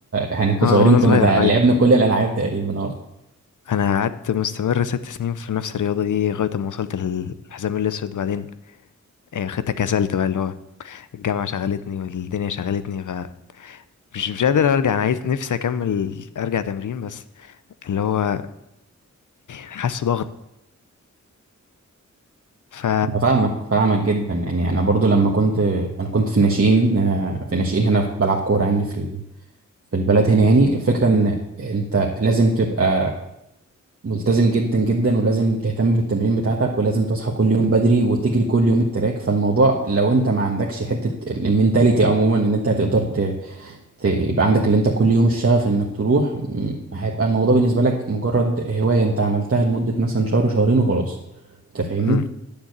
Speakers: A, on the right; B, on the left.
A: احنا كصغيرين
B: اه وانا حلو
A: كنا
B: صغير
A: ده
B: لغاية
A: لعبنا كل الالعاب تقريبا اه
B: انا قعدت مستمر ست سنين في نفس الرياضة دي لغاية ما وصلت للحزام الاسود بعدين آه، خدتها كسلت بقى اللي هو الجامعة شغلتني والدنيا شغلتني ف مش مش قادر ارجع انا عايز نفسي اكمل ارجع تمرين بس اللي هو حاسه ضغط ف
A: أنا فاهمك فاهمك جدا يعني انا برضو لما كنت انا كنت في الناشئين آه، في الناشئين هنا بلعب كوره يعني في ال- في البلد هنا يعني الفكره ان انت لازم تبقى ملتزم جدا جدا ولازم تهتم بالتمرين بتاعتك ولازم تصحى كل يوم بدري وتجري كل يوم التراك فالموضوع لو انت ما عندكش حتة المينتاليتي عموما ان انت هتقدر ت... ت... يبقى عندك اللي انت كل يوم الشغف انك تروح م، هيبقى الموضوع بالنسبة لك مجرد هواية انت عملتها لمدة مثلا شهر شهرين وخلاص انت فاهمني؟
B: مم.